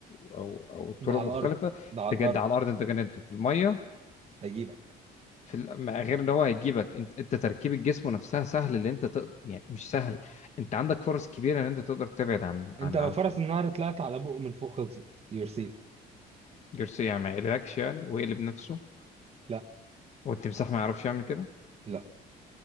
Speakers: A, on the left (about 45°); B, on the right (about 35°).
A: او او طرق
B: ده على
A: مختلفه
B: الارض ده على
A: تجد
B: الارض
A: على الارض انت جننته في الميه
B: هيجيبك
A: في ال- مع غير ان هو هيجيبك انت انت تركيبه جسمه نفسها سهل اللي انت تق... يعني مش سهل انت عندك فرص كبيره ان انت تقدر تبعد عن عن
B: انت لو
A: عنفك
B: فرس النهر طلعت على بقه من فوق خلصت يور سيف
A: جارسيا ما يقلقكش يعني ويقلب نفسه
B: لا
A: والتمساح ما يعرفش يعمل كده
B: لا